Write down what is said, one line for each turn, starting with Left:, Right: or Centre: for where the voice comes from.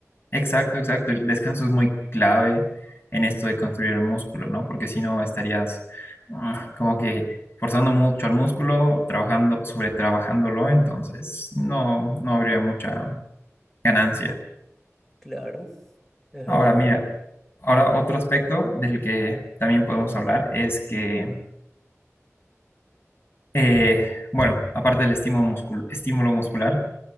Left: Exacto, exacto. El descanso es muy clave en esto de construir el músculo, ¿no? Porque si no estarías ah, como que forzando mucho al músculo, trabajando, sobretrabajándolo, entonces no, no habría mucha ganancia.
Centre: Claro, es
Left: Ahora,
Centre: verdad.
Left: mira, ahora otro aspecto del que también podemos hablar es que, eh, bueno, aparte del estímulo muscul- estímulo muscular,